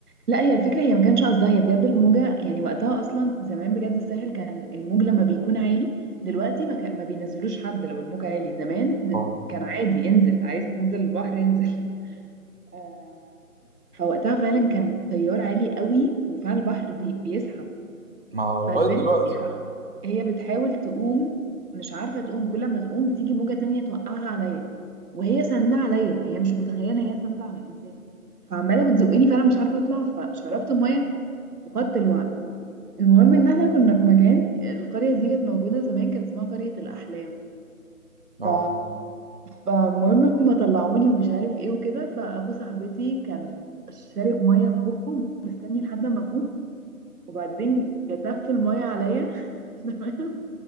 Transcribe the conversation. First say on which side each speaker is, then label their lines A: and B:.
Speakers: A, on the right; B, on the right.
A: لا هي الفكره هي ما كانش قصدها هي بجد الموجه يعني وقتها اصلا زمان بجد الساحل كان الموج لما بيكون عالي دلوقتي ما, كان ما بينزلوش حد لو الموج عالي زمان د-
B: اه
A: كان عادي انزل عايز تنزل البحر انزل <laughs> آه، فوقتها فعلا كان تيار عالي قوي وفعلا البحر بي- بيسحب
B: ما
A: فالبنت
B: لغاية دلوقتي
A: يا حبيبي هي بتحاول تقوم مش عارفة تقوم كل ما تقوم تيجي موجة تانية توقعها عليا وهي ساندة عليا هي مش متخيلة هي ساندة على إنسان فعمالة بتزقني فأنا مش عارفة أطلع فشربت مية فقدت الوعي المهم إن احنا كنا في مكان القرية دي كانت موجودة زمان كان اسمها قرية الأحلام
B: اه
A: ف... فالمهم ما طلعوني ومش عارف ايه وكده فأبو صاحبتي كان شارب مية في بقه مستني لحد ما فوق وبعدين جتف المية عليا <laughs>